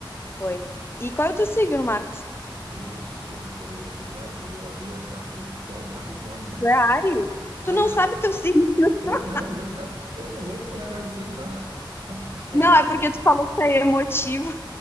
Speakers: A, on the left (about 25°); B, on the right (about 90°).
A: foi. E qual é o teu signo, Marcos?
B: Eu sou, peraí, eu sou de abril. Abril é Capricórnio, Capricórnio, né?
A: Tu é Áries? Tu
B: Ai,
A: não
B: Ares!
A: sabe teu signo. <laughs>
B: Eu não, não vejo, não. Eu não vejo esse negócio de signo, não. <laughs> É
A: Não,
B: Ares.
A: é porque tu falou que é emotivo.